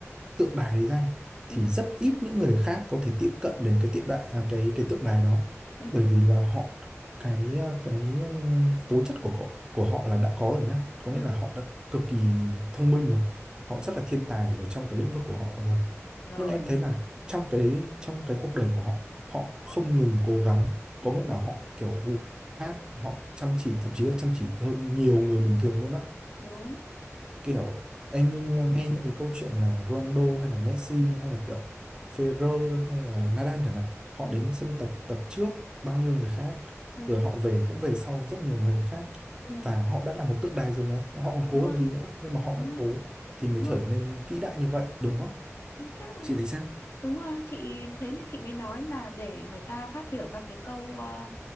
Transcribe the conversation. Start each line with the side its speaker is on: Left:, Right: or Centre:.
Right: tượng đài đấy ra
Left: ừ
Right: thì rất ít những người khác có thể tiếp cận đến cái tượng đài à, cái cái tượng đài đó
Left: ừ
Right: bởi vì là họ cái ờ, cái um, tố chất của họ, của họ là đã có rồi nhá có
Left: ừ
Right: nghĩa là họ đã cực kỳ thông minh rồi họ rất là thiên tài ở trong cái lĩnh vực của họ rồi
Left: rồi
Right: nhưng em thấy là trong cái trong cái cuộc đời của họ họ không ngừng cố gắng có
Left: đúng
Right: nghĩa là họ kiểu hát họ chăm chỉ thậm chí là chăm chỉ hơn nhiều người bình thường luôn á
Left: đúng
Right: kiểu em
Left: chị
Right: nghe những cái câu chuyện là Ronaldo hay là Messi hay là kiểu Federer hay là Nadal chẳng hạn họ
Left: ừ
Right: đến sân tập tập trước bao nhiêu người khác
Left: ừ
Right: rồi họ về cũng về sau rất nhiều người khác
Left: ừ
Right: và họ đã là một tượng đài rồi mà họ còn
Left: đúng
Right: cố
Left: rồi
Right: làm gì nữa nhưng mà họ
Left: đúng
Right: vẫn
Left: rồi
Right: cố thì mới
Left: đúng rồi
Right: trở nên vĩ đại như vậy đúng không
Left: chính xác rồi
Right: chị
Left: đấy
Right: thấy sao
Left: đúng rồi chị thế nên chị mới nói là để người ta phát biểu ra cái câu ờ,